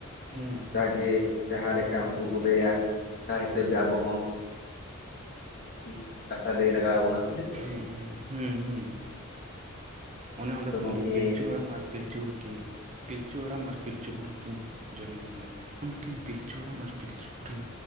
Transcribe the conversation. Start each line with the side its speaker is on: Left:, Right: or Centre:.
Left: ᱦᱮᱸ
Right: ᱦᱩᱸ ᱦᱩᱸ
Left: ᱡᱟᱹᱜᱮ ᱡᱟᱦᱟᱸ ᱞᱮᱠᱟ
Right: ᱦᱩᱸ
Left: ᱩᱱᱠᱩ ᱠᱚ ᱞᱟᱹᱭᱟ ᱚᱱᱠᱟ ᱦᱤᱥᱟᱹᱵᱽ ᱜᱮ ᱟᱵᱚ ᱦᱚᱸ ᱱᱤᱦᱟᱹᱛᱤ ᱠᱟᱛᱷᱟ ᱞᱟᱹᱭ ᱞᱟᱜᱟᱣ ᱵᱚᱱᱟ᱾
Right: ᱦᱩᱸ, ᱦᱩᱸ, ᱦᱩᱸ, ᱦᱩᱸ᱾ ᱚᱱᱮ
Left: ᱟᱫᱚ
Right: ᱚᱸᱰᱮ ᱠᱷᱚᱱ
Left: ᱜᱚᱢᱠᱮ
Right: ᱜᱮ ᱯᱤᱞᱪᱩ ᱦᱟᱲᱟᱢ ᱟᱨ
Left: ᱢᱮᱱᱫᱚ
Right: ᱯᱤᱞᱪᱩ
Left: ᱜᱚᱢᱠᱮ
Right: ᱵᱩᱲᱦᱤ ᱠᱤᱱ ᱯᱤᱞᱪᱩ ᱦᱟᱲᱟᱢ ᱟᱨ ᱯᱤᱞᱪᱩ ᱵᱩᱲᱦᱤ ᱠᱤᱱ ᱡᱚᱱᱢᱚᱭᱮᱱᱟ, ᱩᱱᱠᱤᱱ ᱯᱤᱞᱪᱩ ᱦᱟᱲᱟᱢ ᱟᱨ ᱯᱤᱞᱪᱩ ᱵᱩᱲᱦᱤ